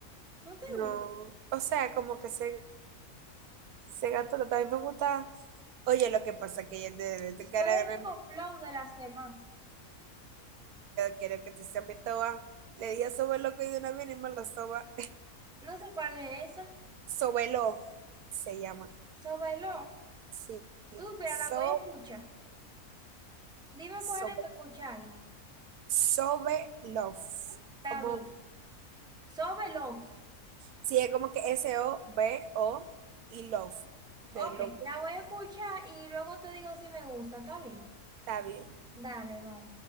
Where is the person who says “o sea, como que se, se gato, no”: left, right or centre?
Right